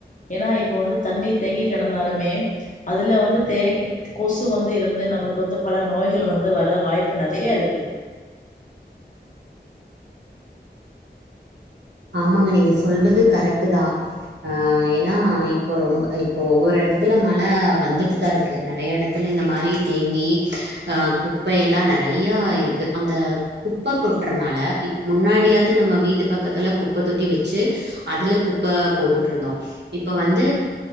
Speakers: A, on the left (about 45°); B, on the right (about 75°).
A: ஏன்னா இப்ப வந்து தண்ணீர் தேங்கிக் கெடந்தாலுமே அதுல வந்து தே கொசு வந்து இருந்து நம்மளுக்கு வந்து பல நோய் ய்கள் வந்து வர வாய்ப்பு நெறையா இருக்கு
B: ஆமாங்க நீங்க சொல்றது கரெக்ட்டு தா ஆ ஏன்னா இப்போ ரொம்ப இப்போ ஒவ்வொரு எடத்துல மழ வந்துட்டு தா இருக்கு நெறையா எடத் டத்துல இந்த மாரி தேங்கி ஆ குப்பை எல்லா நெறையா இருக்கு அந்த குப்ப கொட்றனால இப்ப முன்னாடியாவது நம்ம வீட்டு பக் கத்துல குப்ப தொட்டி வச்சு அதுல குப்பை போட்டுட்டு இருந்தோம் இப்ப வந்து